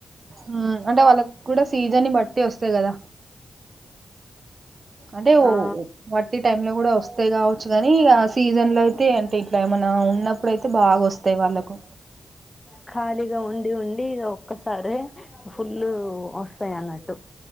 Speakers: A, on the right (about 50°); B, on the left (about 25°).
A: ఉమ్ అంటె వాళ్ళకు కూడ సీజన్ ని బట్టి అస్తయి కద అంటే ఓ
B: ఆ
A: వట్టి టైం లో కూడ వస్తాయ్ కావచ్చు కాని ఆ సీజన్ లో అయితే అంటే ఇట్ల ఏమన్న ఉన్నప్పుడు అయితే బాగ వస్తయ్ వాళ్ళలకు
B: అ ఖాళీగ ఉండి ఉండి ఇల ఒక్కసారే ఫుల్ అస్తయి అన్నట్టు